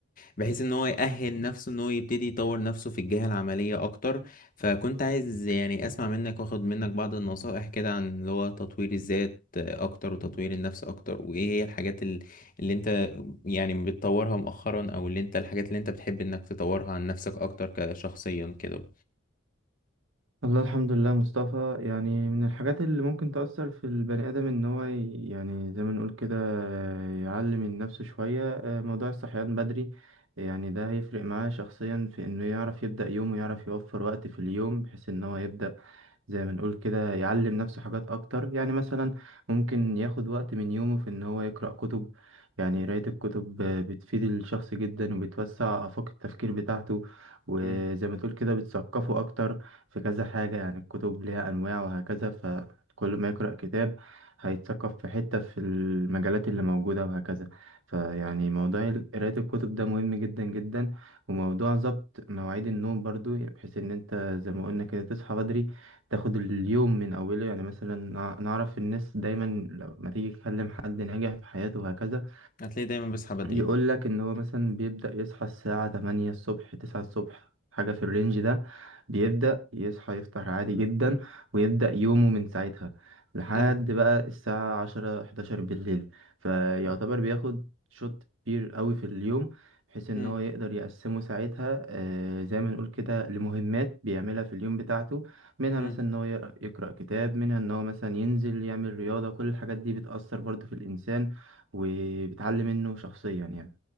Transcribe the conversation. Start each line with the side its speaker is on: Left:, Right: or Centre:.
Left: بحيث ان هو يأهل نفسه ان هو يبتدي يطور نفسه في الجهة العملية اكتر فكنت عايز يعني اسمع منك واخد منك بعض النصائح كده عن اللي هو تطوير الذات اكتر وتطوير النفس اكتر وايه هي الحاجات ال- اللي انت يعني بتطورها مؤخرا او اللي انت الحاجات اللي انت بتحب انك تطورها عن نفسك اكتر كشخصيا كده
Right: والله الحمد لله مصطفى يعني من الحاجات اللي ممكن تأثر في البني آدم إن هو ي- يعني زي ما نقول كده يعلم من نفسه شوية آه، موضوع الصحيان بدري يعني ده هيفرق معاه شخصيا في إنه يعرف يبدأ يومه يعرف يوفر وقت في اليوم بحيث إن هو يبدأ زي ما نقول كده يعلم نفسه حاجات أكتر يعني مثلا ممكن ياخد وقت من يومه في إن هو يقرأ كتب يعني قراية الكتب آه، بتفيد الشخص جدا وبتوسع آفاق التفكير بتاعته وزي
Left: مم.
Right: ما تقول كده بتثقفه أكتر في كذا حاجة يعني الكتب ليها أنواع وهكذا فكل ما يقرأ كتاب هيتثقف في حتة في المجالات اللي موجودة وهكذا فيعني موضوع ال- قراية الكتب ده مهم جدا جدا وموضوع ظبط مواعيد النوم برضو بحيث إن أنت زي ما قلنا كده تصحى بدري تاخد اليوم من أوله يعني مثلا نع- نعرف الناس دايما لما تيجي تكلم حد ناجح في حياته وهكذا
Left: هتلاقي دايما بصحى بدري
Right: يقول لك ان هو مثلا بيبدأ يصحى الساعة 8 الصبح 9 الصبح حاجة في الرينج ده بيبدأ يصحى يفطر عادي جدا ويبدأ يومه من ساعتها لحد
Left: حلو
Right: بقى الساعة 10 11 بالليل فيعتبر
Left: حلو
Right: بياخد شوت كبير قوي في اليوم بحيث ان
Left: مم.
Right: هو يقدر يقسمه ساعتها آه، زي ما نقول كده لمهمات بيعملها في اليوم بتاعته منها
Left: مم.
Right: مثلا ان هو يقرأ كتاب منها ان هو مثلا ينزل يعمل رياضة كل الحاجات دي بتأثر برضه في الإنسان وبتعلي منه شخصيا يعني